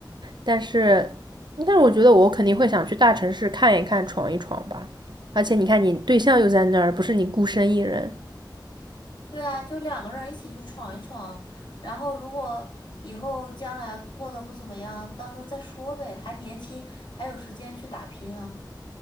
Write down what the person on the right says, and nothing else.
但是，但是我觉得我肯定会想去大城市看一看，闯一闯吧。而且你看，你对象又在那儿，不是你孤身一人。